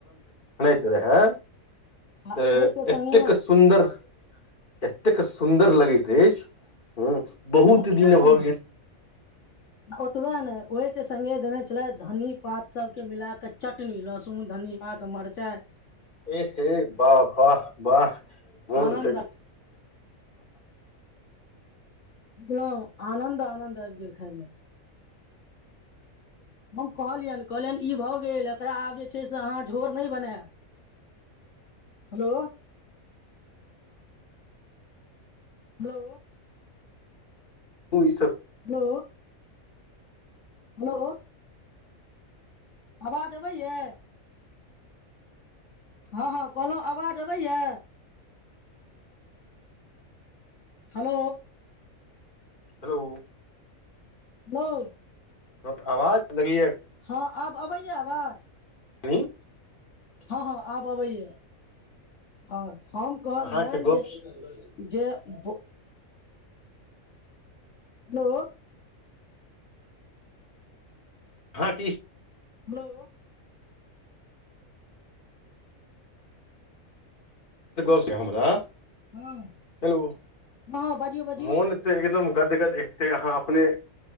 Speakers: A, on the left; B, on the left.
A: त रहै
B: आ
A: तेऽ
B: ओहिके संगे
A: एतेक सुन्दर एतेक सुन्दर लगैत अछि ह बहुत
B: आ ओतबे
A: दिन भऽ
B: नहि
A: गेल
B: आ ओतबै नै ओहि के संगे देने छलैथ धनीपात सब के मिलाक चटनी लहसुन, धनीपात, मरचाई
A: ए हे बाह बाह बाह मन
B: आनन्द
A: त
B: पुलाव आनन्द आनन्द आबि गेल खाइमे हम कहलियनि कहलियनि ई भऽ गेल एकरा आब जे छै से अहाँ झोर नहि बनैब। हेलो हेलो
A: ई सब
B: हलो हेलो आवाज अबैयै हँ हँ कहलहु आवाज अबैयै हलो
A: हेलो
B: हलौ
A: अव आवाज लगैयै
B: हँ, आब अबैया आवाज?
A: कनि
B: हँ हँ आब अबैया। हँ हम कहलियनि
A: अहाँके गप
B: जे जे बो हेलो
A: हाँ कि
B: हेलो
A: गसँ हमरा
B: हँ
A: हेलो
B: हँ बाजियौ बाजियौ
A: मोन त एकदम गद गद, एक त अहाँ अपने